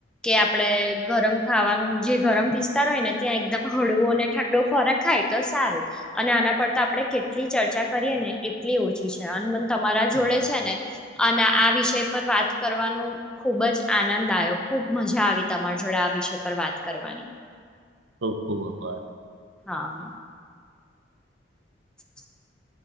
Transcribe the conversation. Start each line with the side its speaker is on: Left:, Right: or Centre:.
Centre: કે આપડે ગરમ ખાવાનું જે ગરમ વિસ્તાર હોય ને ત્યાં એકદમ હળવો અને ઠંડો ખોરાક ખા ખાય તો સારું અને આના પર તો આપણે કેટલી ચર્ચા કરીએ ને એટલી ઓછી છે અન મ તમારા
Right: હમ્મ,
Centre: જોડે છે ને અન આ વિષય પર વાત કરવાનું ખુબ જ આનંદ આયો, ખુબ મજા આવી તમારી જોડે આ વિષય પર વાત કરવાની. <inaudible>
Right: ખૂબ ખૂબ આભાર.
Centre: હા, હા. <inaudible>